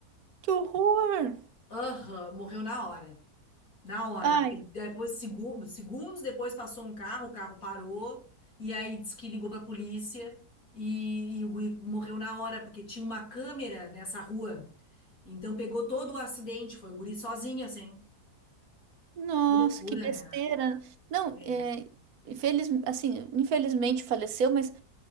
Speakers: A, on the right; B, on the left.
A: Que horror!
B: Aham, morreu na hora. Na hora.
A: Ai,
B: Aí depois, segu- segundos depois, passou um carro, o carro parou, e aí disse que ligou pra polícia, e, e o guri morreu na hora, porque tinha uma câmera nessa rua. Então pegou todo o acidente, foi o guri sozinho, assim.
A: nossa,
B: Que loucura,
A: que besteira.
B: né?
A: Não,
B: É.
A: é, infeliz, assim, infelizmente faleceu, mas